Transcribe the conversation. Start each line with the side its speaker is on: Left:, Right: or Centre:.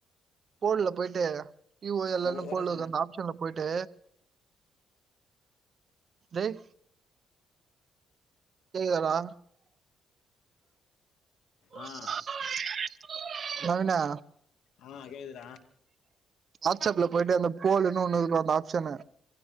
Right: போட்ல போயிட்டு இ ஓ யல்
Left: அ
Right: யல்னு
Left: ஒ ஒரே
Right: போள்ளது
Left: செகண்ட்
Right: அந்த ஆப்ஷன்ல போயிட்டு டேய் கேக்குதாடா ஓ <unintelligible>
Left: ஆ
Right: நவினு
Left: ஆ கேக்குதுடா
Right: வாட்ஸ்அப்ல போயிட்டு அந்த போலுன்னு ஒன்னுருக்கு அந்த ஆப்ஷனு